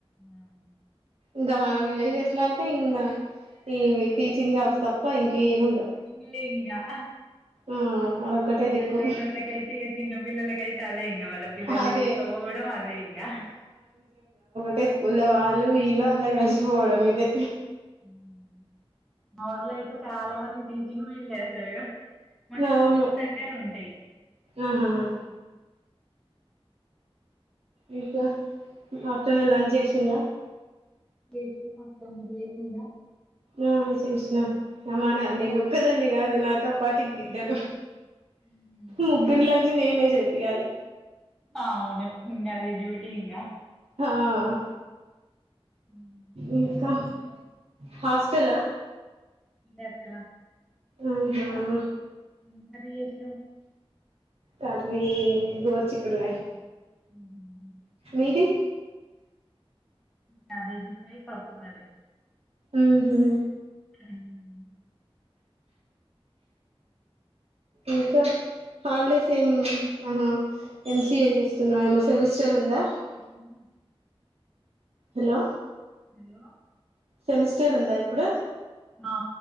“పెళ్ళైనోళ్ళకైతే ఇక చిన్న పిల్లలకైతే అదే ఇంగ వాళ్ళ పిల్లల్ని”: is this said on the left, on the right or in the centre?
Centre